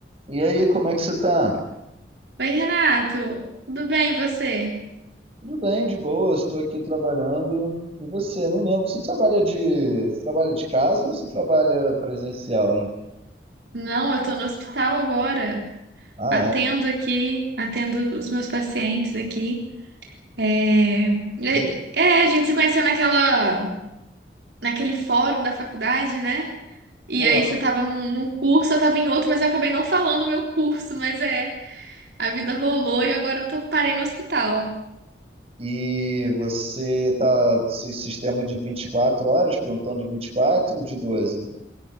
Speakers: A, on the right (about 35°); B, on the right (about 70°).
A: E aí, como é que você tá?
B: Oi, Renato, tudo bem e você?
A: Tudo bem, de boa, estou aqui trabalhando. E você? Não lembro. Você trabalha de, você trabalha de casa ou você trabalha presencial, hein?
B: Não, eu tô no hospital agora,
A: Ah,
B: atendo
A: é.
B: aqui, atendo os meus pacientes aqui. É, é,
A: 20,
B: é, a gente se conheceu naquela, naquele fórum da faculdade, né? E
A: porra.
B: aí você tava num, num curso, eu tava em outro, mas eu acabei não falando o meu curso, mas é, a vida rolou e agora eu tô, parei no hospital.
A: E você tá esse sistema de 24 horas, plantão de 24, de 12?